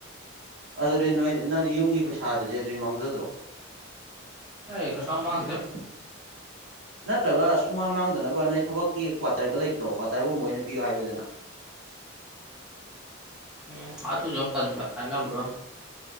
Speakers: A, on the right; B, in the centre.
A: ꯑꯗꯨꯗꯤ ꯅꯣꯏ ꯅꯪꯗꯤ ꯌꯨꯝꯒꯤ ꯄꯩꯁꯥꯗꯨꯗꯤ ꯑꯗꯨꯗꯤ ꯃꯥꯡꯖꯗ꯭ꯔꯣ꯫
B: ꯍꯩ ꯀꯩꯁꯨꯌꯝ ꯃꯥꯥꯡꯗꯦ
A: <inaudible> ꯅꯠꯇ꯭ꯔꯒ ꯁꯨꯃꯥꯡ ꯃꯥꯡꯗꯅꯕ ꯅꯣꯏ ꯊꯕꯛꯀꯤ ꯀ꯭ꯋꯥꯇꯔꯒ ꯂꯩꯇ꯭ꯔꯣ ꯀ꯭ꯋꯥꯇꯔꯒꯨꯝꯕ ꯑꯣꯏꯅ ꯄꯤꯌꯨ ꯍꯥꯏꯌꯨꯗꯅ꯫
B: ꯎꯝ ꯑꯗꯨꯖꯨ ꯑꯃꯨꯛ ꯇꯟꯕ ꯍꯥꯏꯅꯕꯗꯣꯝ